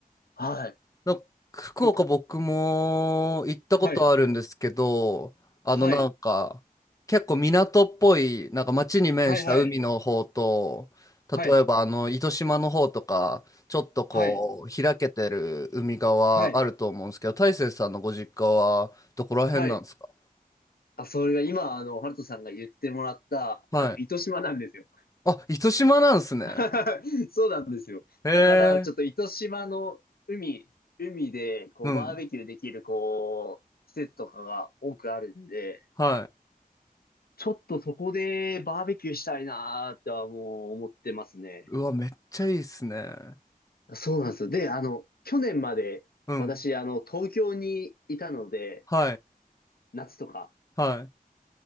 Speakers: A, on the left; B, on the left.
A: はい。
B: なんか福岡僕も行ったことあるんですけど、
A: なんか、はい、
B: あのなんか結構港っぽい、
A: はい。
B: なんか街に面した海の方と、
A: はいはいはい。
B: 例えばあの糸島の方とか、
A: はい。
B: ちょっとこう開けてる海側あると思うんですけど、
A: はい。はい。
B: 大成さんのご実家はどこら辺なんですか
A: はい。あ、それが今、あの、ハルトさんが言ってもらった、
B: はい。
A: あの、糸島なんですよ。
B: あ、糸島なんですね。
A: <laughs> そうなんですよ。
B: へえ。
A: だから、ちょっと糸島の海、海で、こう、
B: うん。
A: バーベキューできる、こう、施設とかが多くあるんで、
B: はい。
A: ちょっとそこでバーベキューしたいなーってはもう思ってますね。
B: うわ、めっちゃいいっすね。
A: そうなんですよ。で、あの、去年まで、
B: うん。
A: 私、あの、東京にいたので、
B: はい。
A: 夏とか。
B: は